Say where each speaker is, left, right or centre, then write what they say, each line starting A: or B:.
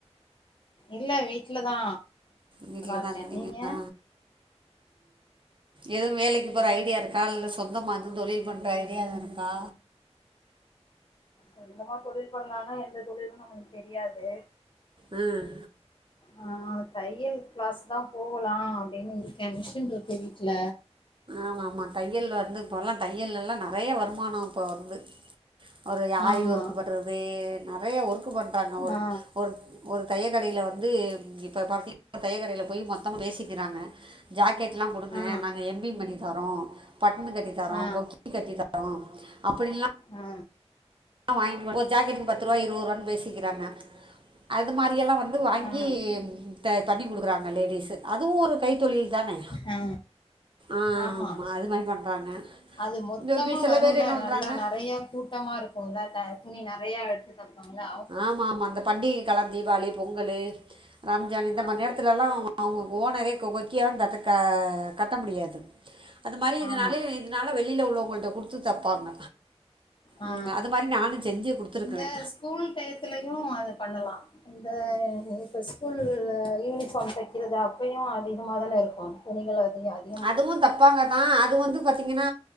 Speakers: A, on the left; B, on the right.
A: இல்ல வீட்ல தா
B: வீட்ல
A: இருக்கே
B: தா இருக்குறீங்களா
A: நீங்க
B: எதும் வேலைக்கு போற ஐடியா இருக்கா இல்ல சொந்தமா எதும் தொழில் பண்ற ஐடியா எது இருக்கா
A: சொந்தமா தொழில் பண்லான்னா எந்த தொழிலு நம்மளுக்கு தெரியாது
B: ம்
A: ஆ தையல் கிளாஸ் தா போலா அப்டின்னு இருக்க மிஷின் இருக்கு வீட்ல
B: ஆமா ஆமா தையல் வந்து இப்போல்லா தையல்லலா நறைய வருமானோ இப்போ வந்து ஒரு ஆரி
A: ஆமா
B: ஒர்க் பண்றது நறைய ஒர்க்கு பண்றாங்க
A: ஆ
B: ஒரு ஒரு தையக்கடைல வந்து இப்ப பாத்தீங்கன்னா தையக்கடையில போயி மொத்தமு பேசிக்கிறாங்க ஜாக்கெட்லா கொடுங்க
A: ஆ
B: நாங்க எம்பிங் பண்ணித்தரோ பட்டனு கட்டித்தரோ
A: ஆ
B: கொக்கி கட்டித் த ரோ அப்டிலா
A: ஆ
B: வாங்கினு வந் ஒரு ஜாக்கெட்டுக்கு பத்துருவா இருரூவானு பேசிக்கிறாங்க அது மாரியெல்லா வந் து வாங்கி
A: ஆ
B: த தண்ணி குடுக்குறாங்க லேடிஸ்ஸு அதுவு ஒரு கைத்தொழில் தானே
A: ஆ
B: ஆமாம்
A: ஆமா
B: அது மாதிரி பண்ணுறாங்க
A: அது மொத்தமா
B: இந்த வி- சில
A: வருல
B: பேர் என்ன பண்ணுறாங்க
A: நல்லா நறைய கூட் டமா இருக்குல்ல த துணி நெறையா எடுத்துட்டு போயிருப்பாங்கள்ல
B: ஆமா ஆமா இந்த பண்டிகை காலம் தீபாளி பொங்கலு ரம்ஜானு இந்த
A: ஆமா
B: மாரி நேரத்துலலா அவுங்க ஓனரே கொக்கியா கட்டக்க கட்ட முடியாது அது மாரி இதனாலேயே
A: ஆமா
B: இதனால வெளியில உள்ளவங்கள்ட்ட குடுத்து தப்பாங்க
A: ஆ
B: ம் அது மாரி நானு செஞ்சே குடுத்துருக்கறே
A: இந்த ஸ்கூல் டயத்துலயு அத பண்ணலா இந்த இப்போ ஸ்கூல் யூனிஃபார்ம் தைக்கிறது அப்பயு அதிகமாதான இருக்கு துணிகள் அதிகோ
B: அதுவு தப்பாங்கதா அது வந்து பாத்தீங்கன்னா